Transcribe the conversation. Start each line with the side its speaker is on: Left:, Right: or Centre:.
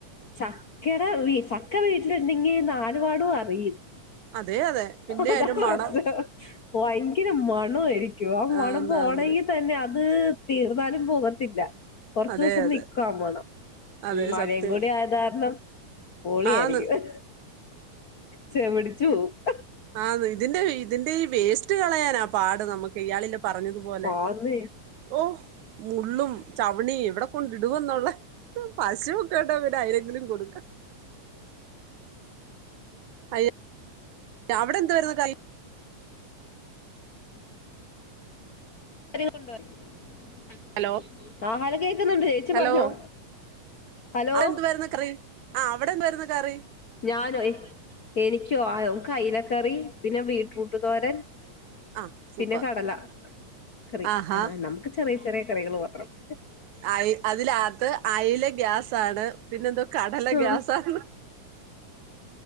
Left: ചക്കടെ വീ ചക്ക വീട്ടില്ണ്ടെങ്കി നാല് പാടും അറിയും
Right: അതെ അതെ പിന്നെ
Left: അത
Right: അതിന്റെ
Left: പ്രശ്നം
Right: മണം
Left: ഭയങ്കര മണായിരിക്യും ആ മണം
Right: ആന്നാന്ന്
Left: പോ പോണെങ്കി തന്നെ അത് തീർന്നാലും പോകത്തില്ല കൊർച്ചോസം
Right: അതെ അതെ
Left: നിക്കും ആ മണം
Right: അതെ
Left: ഉം മഴയും
Right: സത്യം
Left: കൂടി ആയതാരണം പൊളിയായിരിക്കും
Right: ആന്ന്
Left: ചെവ്ട്ച്ച് വോവുഠ
Right: ആന്ന് ഇതിന്റെ ഇതിന്റെ ഈ വേസ്റ്റ് കളയാനാ പാട് ന്നമ്ക്കിയാളില്ല പറഞ്ഞത്പോലെ
Left: പോവും ആന്നെ
Right: ഓഹ് മുള്ളും ചവ്ണിം എവ്‌ടെകൊടിടുവെന്ന്ള്ളെ പശുക്കെടാവുപ്പം പിന്നെ അയ്നെങ്കിലും കൊട്ക്കാം അയ <inaudible> അവിടെ എന്ത് വാരുന്നു കൈ
Left: അരി കൊണ്ട് <unintelligible>
Right: ഹലോ
Left: ആഹാരം കേക്കുന്നുണ്ട് ചേച്ചി
Right: ഹലോ
Left: പറഞ്ഞോ ഹലോ
Right: അവിടെ എന്തുവായിരുന്നു കറി ആ അവിടെ എന്തുവായിരുന്നു കറി
Left: ഞാനോ എനിക്കോ ആ അയില കറി പിന്നെ വീട്രൂട്ട് തോരൻ
Right: ആ സൂപ്പർ
Left: പിന്നെ കടല കറി
Right: ആഹാ
Left: ആ നമുക്ക് ചെറിയ ചെറിയ കറികൾ മാത്രം <inaudible>
Right: അയ് അതിനകത്ത് അയില ഗ്യാസാണ് പിന്നെന്തോ കടല
Left: ആ
Right: ഗ്യാസാണ്